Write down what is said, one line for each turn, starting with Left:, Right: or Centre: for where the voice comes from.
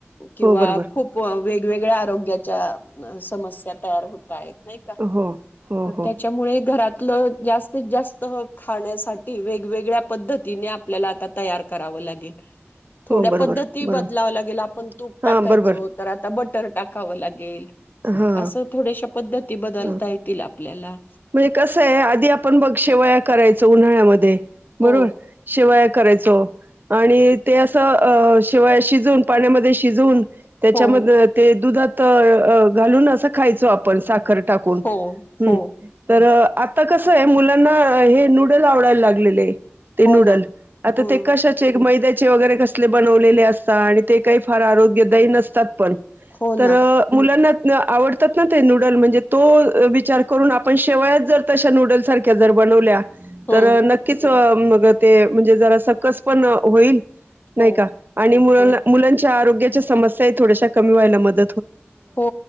Left: किंवा
Right: हो बरोबर
Left: खूप वेगवेगळ्या आरोग्याच्या समस्या तयार हो नाही का
Right: हो हो हो
Left: त्याच्यामुळे घरात जास्तीत जास्त खाण्यासाठी वेगवेगळ्या पद्धतीने आपल्याला आता तयार करावं लागेल
Right: हो
Left: थोड्या
Right: बरोबर
Left: पद्धती
Right: बरोबर
Left: बदलावला गेला आपण तू टाकायचो
Right: हा बरोबर
Left: तर आता बटर टाकावं लागेल
Right: हा
Left: असं थोडेश पद्धती बदलता
Right: हा
Left: येतील आपल्याला
Right: म्हणजे कसं आहे आधी आपण बघ वया करा यचं उन्हाळ्यामध्ये
Left: हो
Right: बरोबर शिवाय करायच आणि ते असं अ शिवायशी शिजून पाण्यामध्ये शिजवून त्याच्यामध्ये
Left: हो
Right: ते दुधात घालून असं खायचो आपण साखर टाकून
Left: हो
Right: हम्म
Left: हो
Right: तर आता कसं आहे मुलांना हे नूडल आवडायला लागलेले ते
Left: हो
Right: नूडल
Left: ना
Right: आता
Left: हम्म
Right: ते कशाचे मैदा्या वगैरे कसले बनवलेले असतात आणि ते काही फार आरोग्यदायी नसतात पण
Left: हो
Right: तर
Left: ना
Right: मुलांना आवडतात ना ते नूडल म्हणजे तो विचार करून आपण शेवयात जर तशा नूडलसारख्या जर बनवल्या
Left: हम्म
Right: तर नक्कीच मग ते म्हणजे जरा सकस पण होईल नाही
Left: हो
Right: का आणि मुला
Left: हो
Right: मुलांच्या आरोग्या समस्या थड्या कमी व्हाय मत
Left: हो